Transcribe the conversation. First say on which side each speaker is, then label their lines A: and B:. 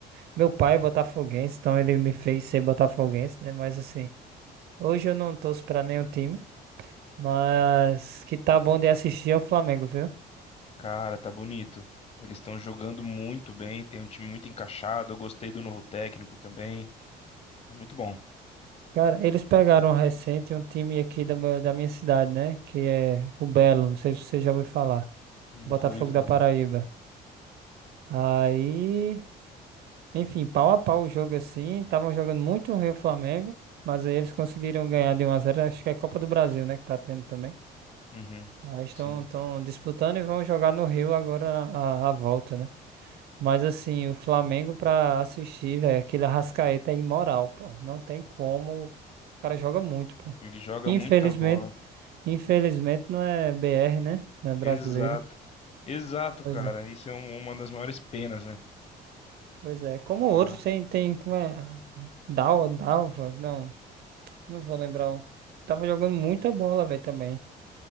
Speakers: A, on the right; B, on the left.
A: Meu pai é botafoguense, então ele me fez ser botafoguense, né? Mas assim, hoje eu não torço pra nenhum time. Mas que tá bom de assistir é o Flamengo, viu?
B: Cara, tá bonito. Eles estão jogando muito bem, tem um time muito encaixado. Eu gostei do novo técnico também. Tá muito bom.
A: Cara, eles pegaram um recente um time aqui da, meu- da minha cidade, né? Que é o Belo, não sei se você já ouviu falar.
B: Nunca
A: Botafogo
B: ouvi falar.
A: da Paraíba. Aí, enfim, pau a pau o jogo assim. Estavam jogando muito ruim o Flamengo, mas aí eles conseguiram ganhar de um a zero. Acho que é a Copa do Brasil, né? Que tá tendo também.
B: Uhum.
A: Aí estão
B: Sim.
A: estão disputando e vão jogar no Rio agora a, a volta, né? Mas assim, o Flamengo pra assistir, velho, aquele Arrascaeta é imoral, pô. Não tem como. O cara joga muito, pô.
B: Ele joga
A: Infelizmente,
B: muita bola.
A: infelizmente não é BR, né? Não é brasileiro.
B: Exato. Exato,
A: Pois
B: cara.
A: é.
B: Isso é um- uma das maiores penas, né?
A: Pois é. Como
B: Ma-
A: outros tem, tem, como é? Dal, Dalva? Não, não vou lembrar. o- Tava jogando muita bola, velho, também.